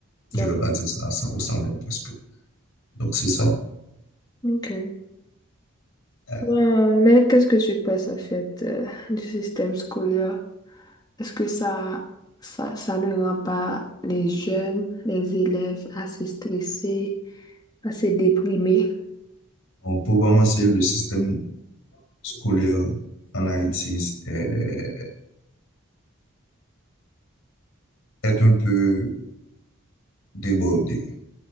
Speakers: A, on the left; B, on the left.
A: D'accord.
B: Je vais pas dire ça à 100%, mais presque. Donc, c'est ça.
A: ok.
B: Euh,
A: Ouais, mais qu'est-ce que tu penses en fait euh, du système scolaire? Est-ce que ça, ça, ça ne rend pas les jeunes, les élèves assez stressés, assez déprimés?
B: on peut commencer le système scolaire en Haïti euh, est un peu débordé.